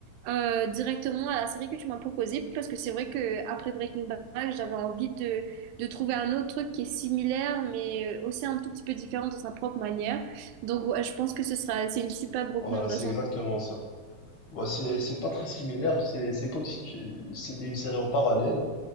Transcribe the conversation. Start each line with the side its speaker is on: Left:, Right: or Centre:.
Right: euh, directement à la série que tu m'as proposée parce que c'est vrai que après Breaking Bad, j'avais envie de, de trouver un autre truc qui est similaire mais euh, aussi un tout petit peu différent dans sa propre manière. Donc ouais, je pense que ce sera, c'est une superbe recommandation.
Left: voilà, c'est exactement ça. Ouais, c'est, c'est pas très similaire, c'est, c'est comme si tu- c'était une série en parallèle.